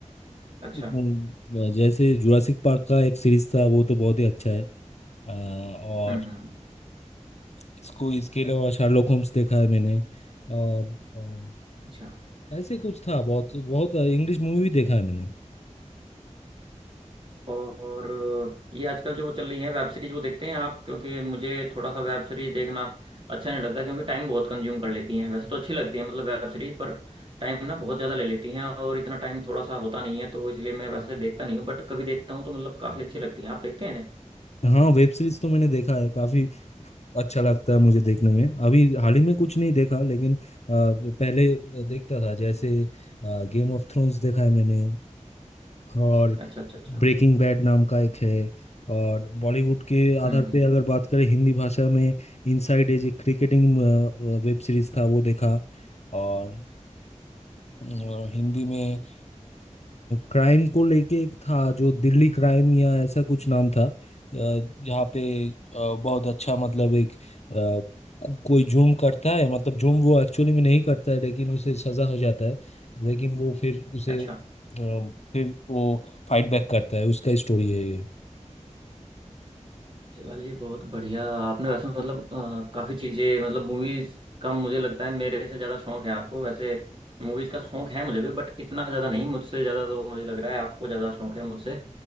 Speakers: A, on the right (about 40°); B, on the left (about 55°).
A: अच्छा
B: उम, जैसे जुरासिक पार्क का एक सीरीज था वो तो बहुत ही अच्छा है अ, और
A: हम्म हम्म
B: इसको इसके अलावा शार्लोक होम्स देखा है मैंने और अ,
A: अच्छा
B: ऐसे कुछ था बहुत बहुत इंग्लिश मूवी भी देखा है मैंने
A: और ये आजकल जो वो चल रही है वेब सीरीज वो देखते हैं आप क्योंकि मुझे थोड़ा सा वेब सीरीज देखना अच्छा नहीं लगता क्योंकि टाइम बहुत कंज्यूम कर लेती हैं वैसे तो अच्छी लगती है मतलब वेब सीरीज पर टाइम ना बहुत ज़्यादा ले लेती हैं और इतना टाइम थोड़ा सा होता नहीं है तो इसलिए मैं वैसे देखता नहीं हूँ बट कभी देखता हूँ तो मतलब काफ़ी अच्छी लगती है आप देखते हैं ना
B: हाँ वेब सीरीज तो मैंने देखा है काफी अच्छा लगता है मुझे देखने में अभी हाल ही में कुछ नहीं देखा लेकिन अ, पहले देखता था जैसे गेम ऑफ थ्रोन्स देखा है मैंने और
A: अच्छा अच्छा अच्छा
B: ब्रेकिंग बैड नाम का एक है और बॉलीवुड के
A: हम्म
B: आधार
A: हम्म
B: पे अगर बात करें हिंदी भाषा में इनसाइड एज एक क्रिकेटिंग वेब सीरीज था वो देखा और और हिंदी में क्राइम को लेके एक था जो दिल्ली क्राइम या ऐसा कुछ नाम था अ, जहाँ पे अ, बहुत अच्छा मतलब एक अ, को, कोई जूम करता है मतलब जूम वो एक्चुअली में नहीं करता है लेकिन उसे सजा हो जाता है लेकिन वो फिर उसे
A: अच्छा
B: अ, फिर वो फाइट बैक करता है उसका स्टोरी है ये
A: चलिए बहुत बढ़िया आपने वैसे मतलब काफ़ी चीज़ें मतलब मूवीज़ का मुझे लगता है मेरे से ज़्यादा शौक है आपको वैसे मूवीज़ का शौक है मुझे भी बट इतना ज़्यादा नहीं मुझसे ज़्यादा तो मुझे लग रहा है आपको ज़्यादा शौक है मुझसे